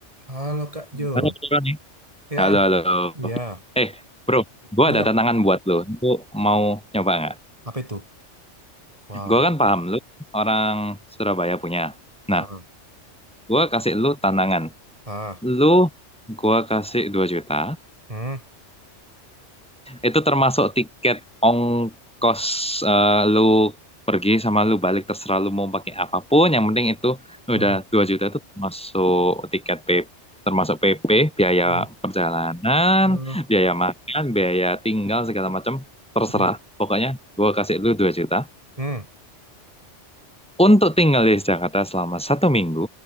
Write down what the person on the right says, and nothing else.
Halo Kak Jo.
Ya,
ya.
Ya.
Apa itu? Wow.
Ah,
ah.
Hmm,
hmm,
hmm,
hmm,
hmm,
hmm.